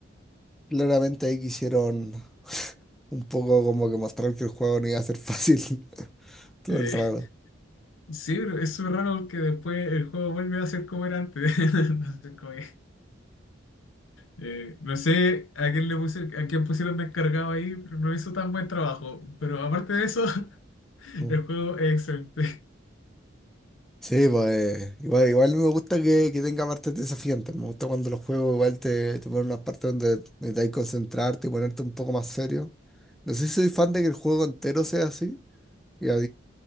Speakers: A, in the centre; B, on the left.
A: Claramente ahí quisieron <laughs> un poco como que mostrar que el juego no iba a ser fácil <laughs> todo
B: Eh,
A: el rato.
B: Sí, pero es súper raro porque después el juego vuelve a ser como era antes. <laughs> Entonces, como que, eh, no sé a quién le puse, a quién pusieron de encargado ahí, pero no hizo tan buen trabajo. Pero aparte de eso, <laughs>
A: Mm.
B: el juego es excelente.
A: Sí, pues igual, igual me gusta que, que tenga partes desafiantes. Me gusta cuando los juegos igual te, te ponen unas partes donde necesitas concentrarte y ponerte un poco más serio. No sé si soy fan de que el juego entero sea así y,